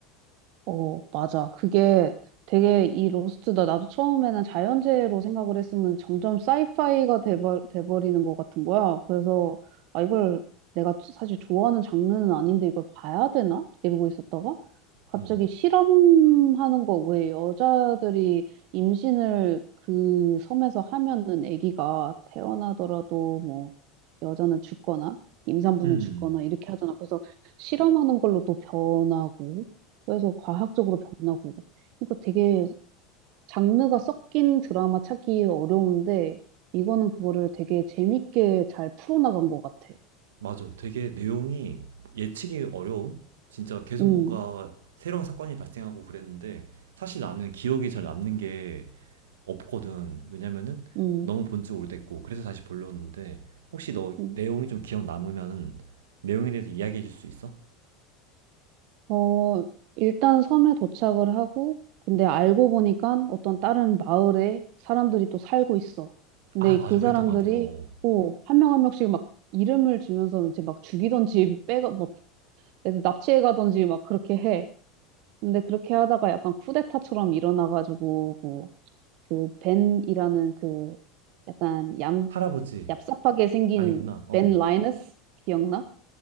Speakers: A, on the right; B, on the right.
A: 어, 맞아. 그게 되게 이 로스트다. 나도 처음에는 자연재해로 생각을 했었는데 점점 사이파이가 돼버, 돼버리는 것 같은 거야. 그래서, 아, 이걸 내가 사실 좋아하는 장르는 아닌데 이걸 봐야 되나? 이러고 있었다가 갑자기
B: 음.
A: 실험하는 거 왜 여자들이 임신을 그 섬에서 하면은 아기가 태어나더라도 뭐 여자는 죽거나 임산부는
B: 음.
A: 죽거나 이렇게 하잖아. 그래서 실험하는 걸로 또 변하고 그래서 과학적으로 변하고. 그러니까 되게 장르가 섞인 드라마 찾기 어려운데, 이거는 그거를 되게 재밌게 잘 풀어나간 것 같아.
B: 맞아. 되게 내용이 예측이 어려운? 진짜 계속
A: 음,
B: 뭔가 새로운 사건이 발생하고 그랬는데 사실 나는 기억이 잘 남는 게 없거든. 왜냐면은
A: 음,
B: 너무 본 지 오래됐고 그래서 다시 보려는데 혹시 너
A: 음.
B: 내용이 좀 기억 남으면 내용에 대해서 이야기해 줄 수 있어?
A: 어, 일단 섬에 도착을 하고, 근데 알고 보니까 어떤 다른 마을에 사람들이 또 살고 있어. 근데
B: 아, 맞아.
A: 그 사람들이
B: 그랬던 것 같아. 어. 어.
A: 한 명 한 명씩 막 이름을 주면서 이제 막 죽이던지 <laughs> 빼가, 막 납치해 가던지 막 그렇게 해. 근데 그렇게 하다가 약간 쿠데타처럼 일어나가지고 뭐 그 벤이라는 그 약간 얌
B: 할아버지
A: 얍삽하게 생긴
B: 아니구나. 어.
A: 벤 라이너스
B: 어.
A: 기억나?